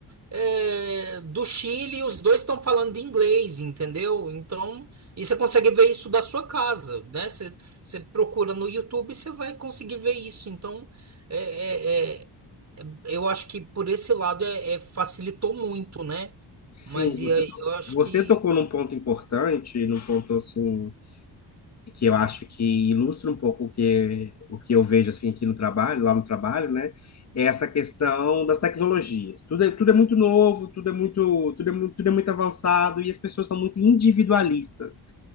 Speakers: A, on the right (about 35°); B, on the left (about 35°).
A: é, do Chile, e os dois estão falando de inglês, entendeu? Então, e você consegue ver isso da sua casa, né? Você, você procura no YouTube, e você vai conseguir ver isso. Então, é, é- é- eu acho que por esse lado é, é- facilitou muito, né?
B: Sim,
A: Mas e
B: você,
A: aí,
B: to-
A: eu acho
B: você
A: que
B: tocou num ponto importante, num ponto, assim, que eu acho que ilustra um pouco o que, o que eu vejo, assim, aqui no trabalho, lá no trabalho, né? É essa questão das tecnologias. Tudo é, tudo é muito novo, tudo é muito, tudo é, mu- tudo é muito avançado e as pessoas são muito individualistas.